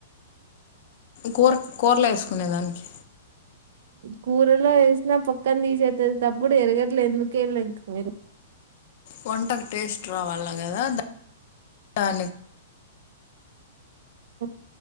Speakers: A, on the left; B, on the right.
A: కూర కూరలు వేసుకునే దానికి
B: కూరలో వేసినా పక్కాన తీసేతప్పుడు ఎరగట్లే ఎందుకు వెళ్లే ఇంకా మీరు
A: వంటకు టేస్ట్ రావాలా కదా దాన్ని
B: ఓ